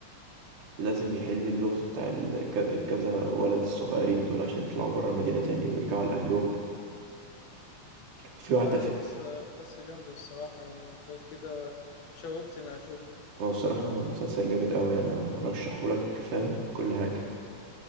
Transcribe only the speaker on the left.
لا
القصة قصة جامدة الصراحة يعني انت كده شوقتني اشوف